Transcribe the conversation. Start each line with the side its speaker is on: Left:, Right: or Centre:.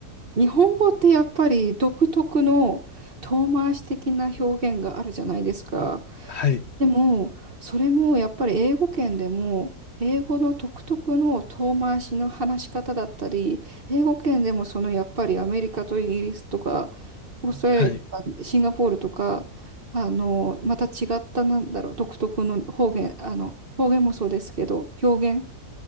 Right: 日本語ってやっぱり独特の遠回し的な表現があるじゃないですか。
Left: はい。
Right: でも、それもやっぱり英語圏でも、英語の独特の遠回しの話し方だったり、英語圏でもそのやっぱりアメリカとイギリスとか、オーストラリアとか、
Left: はい。
Right: シンガポールとか、あの、また違ったなんだろう、独特の方言、あの、方言もそうですけど、表現